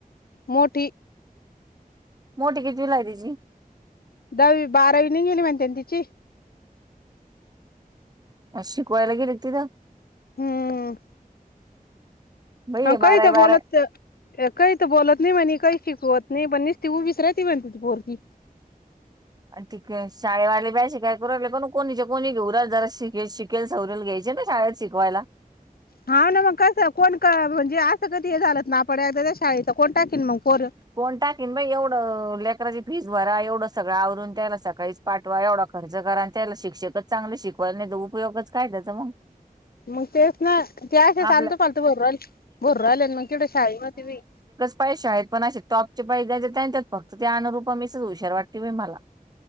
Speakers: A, on the left (about 85°); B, on the right (about 25°).
A: मोठी
B: मोठी कितवीला आहे.
A: दहावी बारावी नि गेली म्हणते ना तिची
B: अ शिकवायला गेलं तिथ
A: हम्म
B: बाई
A: ह का
B: बारावी
A: तर
B: बारावी
A: बोलत काही तर बोलत नाही म्हणे काही शिकवत नाही पण नस तीऊ विसरायती म्हण ती पोरी
B: आणि तिकक शाळेवाले ब्याशी कायले पण कोणीचे कोणी घेऊात जरा श शिक केल सौरेल घ्यायचे ना शाळेत शिकवायला
A: हा ना मग कसं कोण म्हणजे असं कधी हे झालंत ना आपड त्या शाळच कोण टाकेन मग कोर
B: कोण टाकीन बा एवढं लेकराची फीस भरा एवढं सगळं आवरून त्या्यायला सकाळीच पाठवा एवढा खर्च करा आणि त्याला शिक्षकच चांगले शिकवायला नाही तर उपयोगच काय त्याचा मग
A: मग तेच ना ते असेा
B: आपल्या
A: चालतो पालत भर भोरहिले मग केवं शाळ मती मी
B: पैशा आहेत पण असे टॉपचे पैसे द्यायचे त्यां त्यात फक्त ते अनुूप मीच हुशार वाटते मी मला